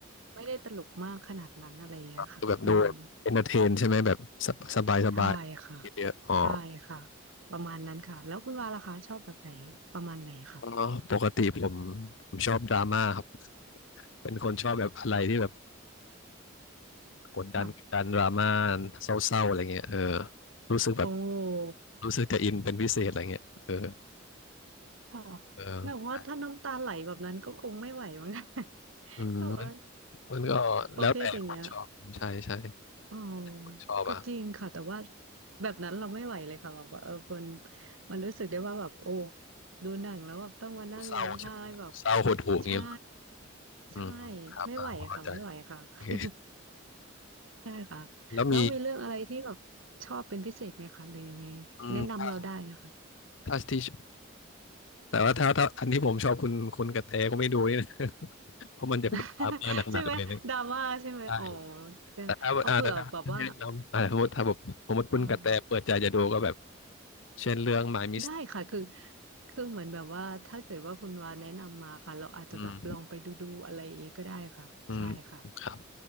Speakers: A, on the right; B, on the left.
A: ไม่ได้ตลกมากขนาดนั้นอะไรอย่างเงี้ยค่ะอืม
B: ดูแบบดูเอนเตอร์เทนใช่ไหมแบบสบสบายสบายเยอะๆอ๋อ
A: ใช่ค่ะใช่ค่ะประมาณนั้นค่ะแล้วคุณวาล่ะคะชอบแบบไหนประมาณไหนค่ะ
B: เอ่อปกติผมผมชอบดราม่าครับ เป็นคนชอบแบบอะไรที่แบบกดดันดดันดราม่า
A: ค่ะ
B: เศร้าๆอะไรเงี้ยเออรู้สึกแบบ
A: โอ้
B: รู้สึกจะอินเป็นพิเศษอะไรเงี้ยเออ
A: ค่ะ
B: เออ
A: แบบว่าถ้าน้ำตาไหลแบบนั้นก็คงไม่ไหวมั้ง <laughs>
B: อืมมัน
A: แต่ว่า
B: มันก็แล้วแต่คนชอบใช่ใช่
A: ประเภทอย่างเงี้ยอ๋อ
B: คนชอบอะ
A: ก็จริงค่ะแต่ว่าแบบนั้นเราไม่ไหวเลยค่ะแบบว่าเออมันมันรู้สึกได้ว่าแบบโอ้ดูหนังแล้วแบบต้องมานั่งร้องไห้แบบ
B: เศร้าใช่ไหมเศร้าหดหู่อย่างเงี้ยเหรอ
A: ใช่ใช่
B: อืมครับอ่าพอเข้าใจ
A: ไม่ไหวค่ะไม่ไหวค่ะ
B: โอเค
A: <laughs> ใช่ค่ะ
B: แล้วมี
A: แล้วมีเรื่องอะไรที่แบบชอบเป็นพิเศษไหมคะหรือยังไงแนะนำเราได้นะคะ
B: อืมถ้าถ้าที่แต่ว่าถ้าถ้าอันที่ผมชอบคุณคุณกระแตก็ไม่ดูนี่นะ <laughs> เพราะมันจะแบบดราม่าหนักๆเลยนะ
A: <laughs> ใช่ไหมดราม่าใช่ไหมอ๋อ
B: ใช่
A: แต่เอาเผื่อแบบว่า
B: แต่ถ้าอ่าแต่ถ้าให้แนะนำอ่าสมมติถ้าแบบสมมติคุณกระแตเปิดใจจะดูก็แบบ
A: เออ
B: เช่นเรื่อง My Miss
A: ได้ค่ะคือคือเหมือนแบบว่าถ้าเกิดว่าคุณวาแนะนำมาค่ะเราอาจจะแบบลองไปดูดูอะไรอย่างงี้ก็ได้ค่ะใช่ค่ะ
B: อืมอืมครับ